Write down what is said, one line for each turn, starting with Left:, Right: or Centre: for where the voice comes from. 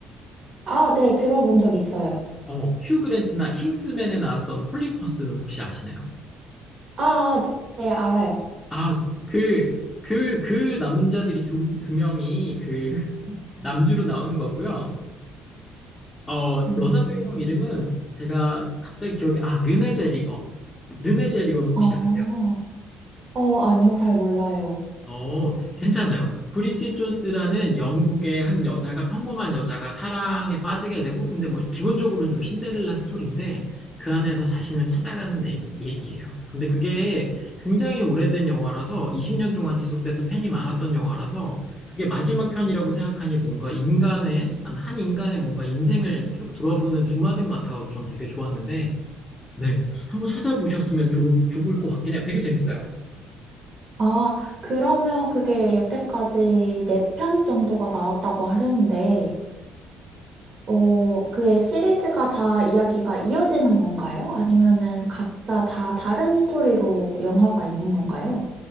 Right: 아, 네, 들어본 적 있어요.
Left: 어, 휴 그랜트나 킹스맨에 나왔던 콜린 퍼스는 혹시 아시나요?
Right: 아, 아, 네, 알아요.
Left: 아, 그, 그, 그 남자들이 두, 두 명이 그 남주로 나오는 거고요. 어,
Right: 음.
Left: 여자 주인공 이름은 제가 갑자기 기억이, 아, 르네 제리거. 르네 제리거는 혹시
Right: 아,
Left: 아세요?
Right: 어, 아니요, 잘 몰라요.
Left: 어, 괜찮아요. 브리짓 존스라는 영국의 한 여자가 평범한 여자가 사랑에 빠지게 되고 근데 뭐 기본적으로는 좀 신데렐라 스토리인데 그 안에서 자신을 찾아가는 얘기, 얘기예요. 근데 그게 굉장히 오래된 영화라서 20년 동안 지속돼서 팬이 많았던 영화라서 그게 마지막 편이라고 생각하니 뭔가 인간의 한, 한 인간의 뭔가 인생을 쭉 돌아보는 주마등 같아가지고 전 되게 좋았는데 네, 한번 찾아보셨으면 좋, 좋을 것 같긴 해요. 되게 재밌어요.
Right: 아, 그러면 그게 여태까지 네 편 정도가 나왔다고 하셨는데, 어, 그의 시리즈가 다 이야기가 이어지는 건가요? 아니면은 각자 다 다른 스토리로 영화가 있는 건가요?